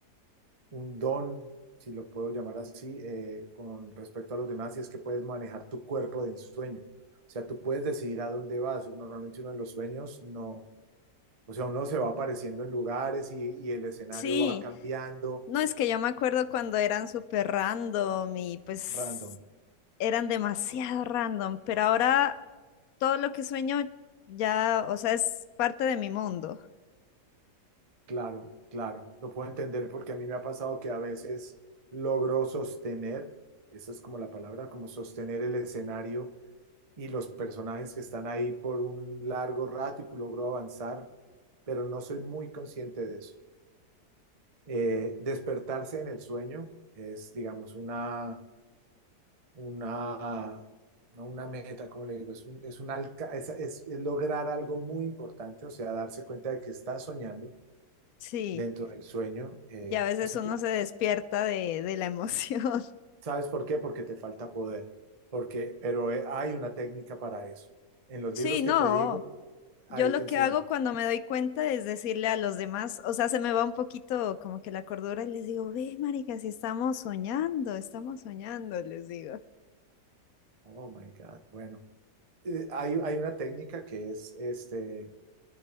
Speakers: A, on the right; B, on the left.
A: un don, si lo puedo llamar así, eh, con respecto a los demás, y es que puedes manejar tu cuerpo de ensueño. O sea, tú puedes decidir a dónde vas. Normalmente uno en los sueños no, o sea, uno se va apareciendo en lugares y, y el escenario
B: sí.
A: va cambiando
B: No, es que yo me acuerdo cuando eran súper random y pues
A: random.
B: eran demasiado random, pero ahora todo lo que sueño ya, o sea, es parte de mi mundo.
A: Claro, claro. Lo puedo entender porque a mí me ha pasado que a veces logro sostener, esa es como la palabra, como sostener el escenario y los personajes que están ahí por un largo rato y logro avanzar pero no soy muy consciente de eso. Eh, despertarse en el sueño es, digamos, una, una, no una meta, como le digo, es, un, es, un alca es, es, es, lograr algo muy importante, o sea, darse cuenta de que estás soñando
B: Sí,
A: dentro del sueño. Eh,
B: y a veces
A: eso
B: uno
A: te,
B: se despierta de, de la emoción. <laughs>
A: ¿Sabes por qué? Porque te falta poder, porque, pero eh, hay una técnica para eso. En los
B: Sí,
A: libros
B: no,
A: que te digo,
B: yo
A: ahí
B: lo
A: te enseñan.
B: que hago cuando me doy cuenta es decirle a los demás, o sea, se me va un poquito como que la cordura y les digo, ve, marica, si estamos soñando, estamos soñando, les digo.
A: Oh, my God, bueno. Eh, hay, hay una técnica que es, este,